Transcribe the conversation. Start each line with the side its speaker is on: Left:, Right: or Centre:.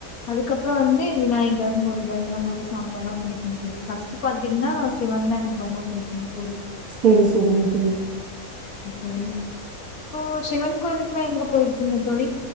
Left: அதுக்கப்புறம் வந்து விநாயகர் முருகன் இந்த மாதிரி சாமிய எல்லாம் புடிக்கும் தோழி ஃபர்ஸ்ட் பாத்தீங்கன்னா சிவன் தான் எனக்கு ரொம்ப பிடிக்கும்ன்னு தோழி
Right: செரி செரிங்க தோழி
Left: ஆ ஓ சிவன் கோவிலுக்குல்லாம் எங்க போயிரு நீங்க தோழி